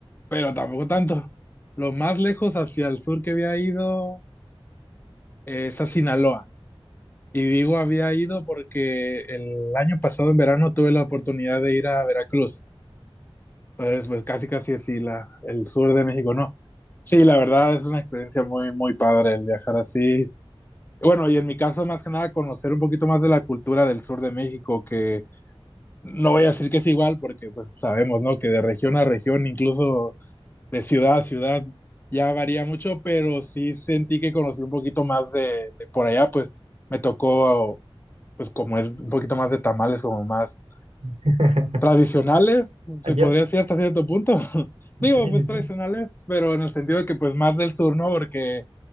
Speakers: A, on the left (about 20°); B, on the right (about 85°).
A: pero tampoco tanto. Lo más lejos hacia el sur que había ido eh, es a Sinaloa. Y digo había ido porque el año pasado en verano tuve la oportunidad de ir a Veracruz. Entonces, pues casi casi así la, el sur de México, no. Sí, la verdad es una experiencia muy, muy padre el viajar así. Bueno, y en mi caso, más que nada, conocer un poquito más de la cultura del sur de México, que no voy a decir que es igual, porque pues sabemos, ¿no? Que de región a región, incluso de ciudad a ciudad ya varía mucho, pero sí sentí que conocí un poquito más de, de por allá, pues me tocó pues comer un poquito más de tamales, como más
B: <laughs>
A: tradicionales,
B: Allá,
A: se podría decir hasta cierto punto. <laughs> Digo,
B: sí,
A: pues
B: sí, sí.
A: tradicionales, pero en el sentido de que pues más del sur, ¿no? Porque